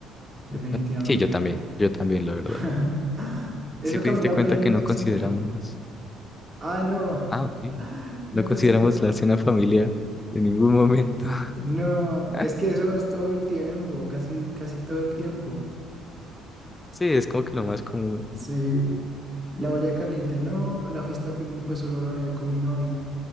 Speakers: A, on the right (about 25°); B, on the left (about 20°).
A: definitivamente.
B: yo- Sí, yo también, yo también, la verdad.
A: <laughs> Eso
B: Si te
A: que a
B: diste
A: mí la
B: cuenta
A: playa no
B: que
A: me
B: no
A: gusta
B: consideramos,
A: mucho. Ah, no,
B: ah, ok,
A: <laughs> no
B: no consideramos
A: considero.
B: la cena familiar en ningún momento.
A: No,
B: <laughs>
A: es que eso es todo el tiempo, casi, casi todo el tiempo.
B: Sí, es como que lo más común.
A: Sí, la olla caliente no, la fiesta de picnic pues solo lo haría con mi novia,